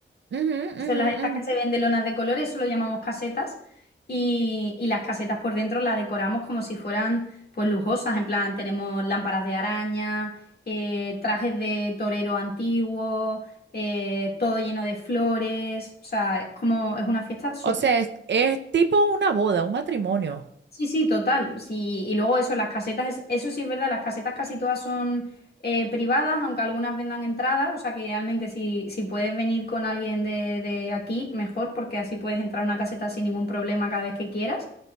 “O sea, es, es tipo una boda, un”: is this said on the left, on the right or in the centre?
Right